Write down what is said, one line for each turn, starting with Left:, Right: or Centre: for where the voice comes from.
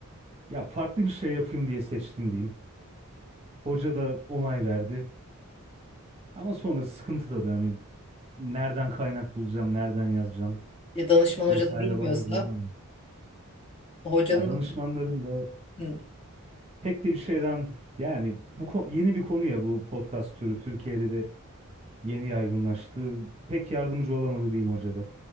Right: Ya farklı bir şey yapayım diye seçtim diyeyim. Hoca da onay verdi. Ama sonra sıkıntı tabii hani nereden kaynak bulacağım, nereden yazacağım
Left: Ya danışman
Right: vesaire
Left: hoca da bilmiyorsa
Right: bayağı zorlandım.
Left: hocanın
Right: Ya danışmanların da
Left: Hı.
Right: pek de bir şeyden yani bu kon- yeni bir konu ya bu podcast türü Türkiye'de de yeni yaygınlaştı. Pek yardımcı olamadı diyeyim hoca da.